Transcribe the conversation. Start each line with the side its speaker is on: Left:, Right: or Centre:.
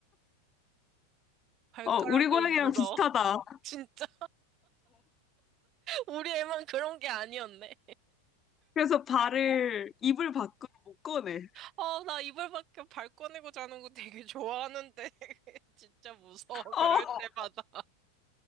Right: 발가락을
Left: 어, 우리 고양이랑
Right: 물어.
Left: 비슷하다.
Right: <laughs>
Left: 어,
Right: 진짜, 우리 애만 그런 게 아니었네.
Left: 그래서 발을, 입을 밖으로 못 꺼내.
Right: 아, 나 이불 밖에 발 꺼내고 자는 거 되게 좋아하는데. <laughs> 진짜 무서워,
Left: 어,
Right: 그럴 때마다.